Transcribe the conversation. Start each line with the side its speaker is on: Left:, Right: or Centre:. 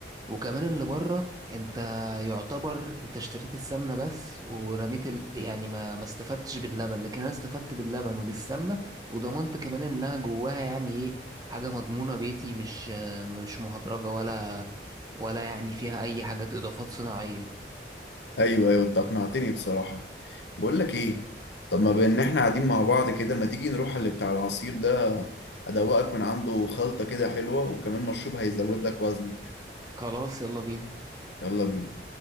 Right: وكمان اللي بره انت يعتبر انت اشتريت السمنه بس ورميت ال... يعني ما ما استفدتش باللبن لكن انا استفدت باللبن وبالسمنه وضمنت كمان انها جواها يعني ايه حاجه مضمونه بيتي مش مش مهدرجه ولا ولا يعني فيها اي حاجات اضافات صناعيه
Left: ايوه ايوه انت اقنعتني بصراحة بقول لك ايه طب ما بان احنا قاعدين مع بعض كده ما تيجي نروح على اللي بتاع العصير ده ادوقك من عنده خلطة كده حلوة وكمان مشروب هيزود لك وزن
Right: خلاص يلا بينا
Left: يلا بينا